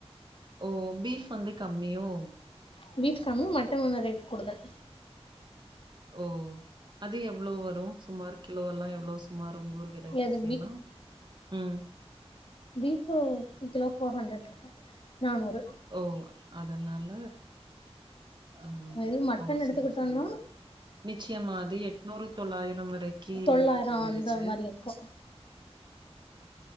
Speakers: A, on the right; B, on the left.
A: ஓ பீஃப் வந்து கம்மியோ
B: பீஃப் கம்மி மட்டன் கொஞ்சொ ரேட் கூடுதல்
A: ஓ அது எவ்ளோ வ சுமார் கிலோலா எவ்வோ சுமார் உங் ஊரு விலைவாசி
B: எது
A: எல்லா ம்
B: பீஃப் ஒரு கிலோ ஃபோர் ஹண்ட்ரட் ருக்கு நானூறு
A: ஓ அதனால அ ஆ
B: இதுவே மட்டன்
A: ஓ
B: எடுத்துக்கிட்டோன்னா
A: செரி செரிங்க நிச்யமா அது எட்நூறு தொள்ளாயிரம் வரைக்கி
B: தொள்ளாயிரம்
A: போயிருச்சு
B: அந்த மாதிரி இருக்கும்